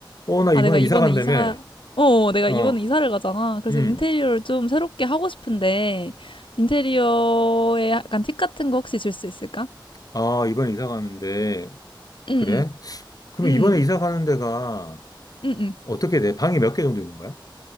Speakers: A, on the left (about 50°); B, on the left (about 85°).
A: 어, 나
B: 아,
A: 이번에
B: 내가 이번에
A: 이사 간다며.
B: 이사, 어, 어, 내가
A: 어,
B: 이번에 이사를 가잖아. 그래서
A: 음.
B: 인테리어를 좀 새롭게 하고 싶은데, 인테리어에 약간 팁 같은 거 혹시 줄 수 있을까?
A: 아, 이번에 이사 가는데.
B: 응,
A: 그래?
B: 응,
A: 그럼
B: 응,
A: 이번에 이사 가는 데가
B: 응, 응.
A: 어떻게 돼? 방이 몇 개 정도 있는 거야?